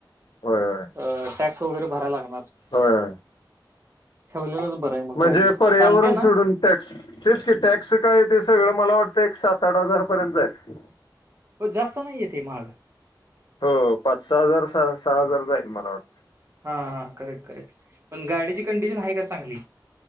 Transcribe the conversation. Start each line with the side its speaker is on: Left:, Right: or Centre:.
Left: होय होय
Right: अ टॅक्स वगैरे भरायला लागना
Left: होय
Right: ठेवलेलंच बरं आहे मग
Left: म्हणजे
Right: गाडी
Left: पर्यावरण
Right: चालते ना
Left: सोडून टॅक्स तेच की टॅक्स काय ते सगळं मला वाटतं एक सात आठ हजार पर्यंत जाईल.
Right: प जास्त नाही येत. ते महाग
Left: हो पाच सहा हजार सहा सहा हजार जाईल मला वाट
Right: हा हा करेक्ट करेक्ट पण गाडीची कंडिशन आहे का चांगली?